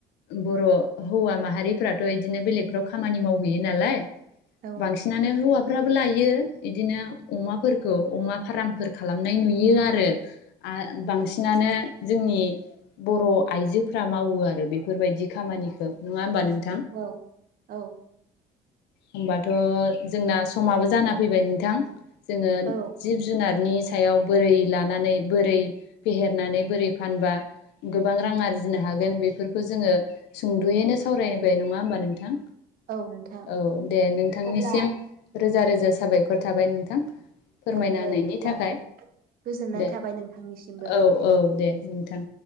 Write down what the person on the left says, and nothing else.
बर' हौवा माहारिफोरा इदिनो बेलेगफ्राव खामानि मावहैयो नालाय
बांसिनानो हौवा फ्राबो लायो इदिनो अमाफोरखौ अमा फारामफोर खालामनाय नुयो आरो आ बांसिन नानो जोंनि बर' आइजोफ्रा मावो आरो बेफोरबायदि खामानिखौ नंङा होनबा नों
होमबाथ' जोंना समाबो जाना फैबाय नोंथां जोंङो
जिब जुनारनि सायाव बोरै लानानै बोरै फेहेरनानै बोरै फानबा गोबां रां आरजिनो हागोन बेफोरखौ जोङो सुंद'यैनो सावरायनो बाय नङा होनोमबा नोंथां
औ दे नोंथांनिसिम
रोजा रोजा साबायखर थाबाय नोंथां फोरमायनाहोनायनि
थाखाय
दे
औ औ दे नोंथां